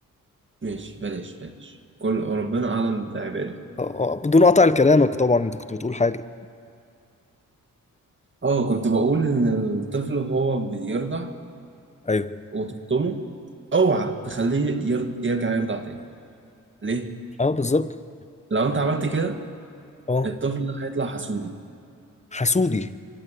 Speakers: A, on the right; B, on the left.
A: ماشي بلاش بلاش كل ربنا أعلم بعباده
B: آه، آه، بدون قطع لكلامك طبعا انت كنت بتقول حاجة
A: اه كنت بقول إن الطفل هو بيرضع
B: ايوه
A: وتفطمه اوعى تخليه يرد... يرجع يرضع تاني ليه؟
B: اه بالظبط
A: لو انت عملت كده
B: اه
A: الطفل ده هيطلع حسودي
B: حسودي